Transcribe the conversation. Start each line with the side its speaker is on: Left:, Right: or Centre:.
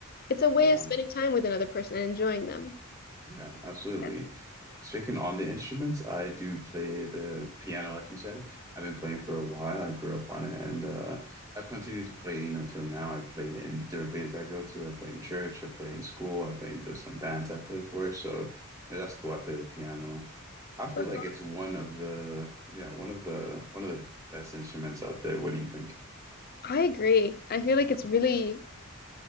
Left: It's a way
Right: Yeah.
Left: of spending time with another person and enjoying them.
Right: Yeah, absolutely.
Left: Yeah.
Right: Speaking on the instruments, I do play the piano, like you said. I've been playing for a while. I grew up on it, and uh, I've continued to play, you know, till now. I play in different places I go to. I play in church. I play in school. I play in there's some bands I play for. So, yeah, that's cool. I play the piano. I feel
Left: That's
Right: like
Left: awesome.
Right: it's one of the, yeah, one of the one of the best instruments out there. What do you think?
Left: I agree. I feel like it's really,